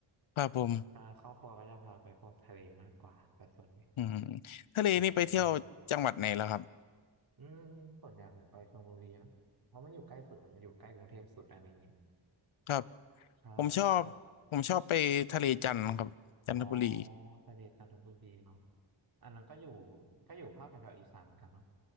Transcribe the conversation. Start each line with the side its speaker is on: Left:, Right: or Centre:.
Left: ครับผม
Right: ถ้าครอบครัวก็จะพาไปพวกทะเลมากกว่าแต่ส่วนใหญ่
Left: อืมทะเลนี่ไปเที่ยวจังหวัดไหนแล้วครับ
Right: ใช่อืมส่วนใหญ่ผมไปชลบุรีนะเพราะมันอยู่ใกล้สุดอะมันอยู่ใกล้กรุงเทพสุดอะไรเงี้ย
Left: ครับ
Right: ใช่แต่ก็
Left: ผมชอบผมชอบไปทะเลจันทร์ครับจันทบุรี
Right: อ๋อทะเลจันทบุรีเนาะอันนั้นก็อยู่ก็อยู่ภาคแถวๆอีสานเหมือนกันเนาะ